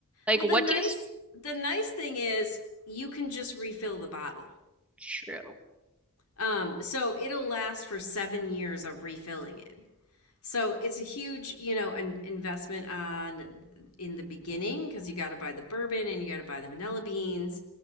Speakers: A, in the centre; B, on the left.
A: Like
B: well
A: what
B: the nice
A: do you, s-
B: the nice thing is you can just refill the bottle
A: true.
B: um so it'll last for seven years of refilling it So it's a huge, you know, an investment on in the beginning because you got to buy the bourbon and you got to buy the vanilla beans.